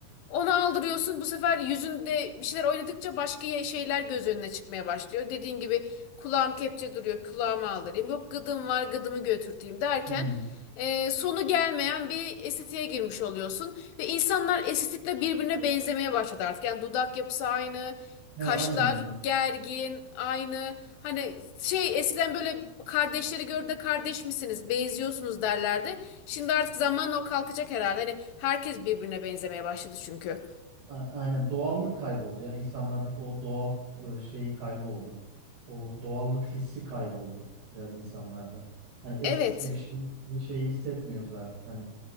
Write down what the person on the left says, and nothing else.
Onu aldırıyorsun. Bu sefer yüzünde bir şeyler oynadıkça başka ye- şeyler göz önüne çıkmaya başlıyor. Dediğin gibi kulağım kepçe duruyor. Kulağımı aldırayım. Yok gıdım var gıdımı götürteyim derken
e, sonu gelmeyen bir estetiğe girmiş oluyorsun. Ve insanlar estetikle birbirine benzemeye başladı artık. Yani dudak yapısı aynı.
Kaşlar
gergin, aynı. Hani şey eskiden böyle kardeşleri gör de kardeş misiniz, benziyorsunuz derlerdi. Şimdi artık zamanla o kalkacak herhalde. Hani herkes birbirine benzemeye başladı çünkü.
Evet.